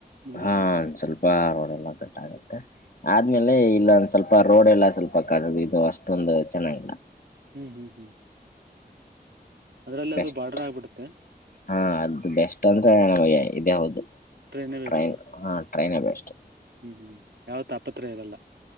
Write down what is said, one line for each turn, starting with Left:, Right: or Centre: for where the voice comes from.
Right: ಮುಂದೆ
Left: ಹಾ ಒಂದ ಸ್ವಲ್ಪ ರೋಡೆ ಎಲ್ಲ ಕಟ್ಟ ಆಗುತ್ತೆ ಆದ್ಮೇಲೆ
Right: ಹ್ಮ್ ಹ್ಮ್
Left: ಇಲ್ಲ ಒಂದ್ ಸ್ವಲ್ಪ ರೋಡೆ ಎಲ್ಲ ಸ್ವಲ್ಪ ಕಡ ಇದು ಅಷ್ಟೊಂದು ಚೆನ್ನಾಗಿಲ್ಲ
Right: ಹ್ಮ್ ಹ್ಮ್ ಹ್ಮ್ ಅದ್ರಲ್ಲಿ
Left: ಬೆಸ್ಟ್
Right: ಅದು ಬಾರ್ಡರ್ ಆಗ್ಬಿಡುತ್ತೆ
Left: ಹಾ ಅದು ಬೆಸ್ಟ್ ಅಂದ್ರೆ ನಮಗೆ ಇದೇ ಹೌದು
Right: ಟ್ರೈನೇ ಬೆಸ್ಟ್
Left: ಟ್ರೈನ್ ಹಾ ಟ್ರೈನ್ ಬೆಸ್ಟ್
Right: ಹ್ಮ್ ಹ್ಮ್ ಯಾವ ತಾಪತ್ರ ಇರಲ್ಲ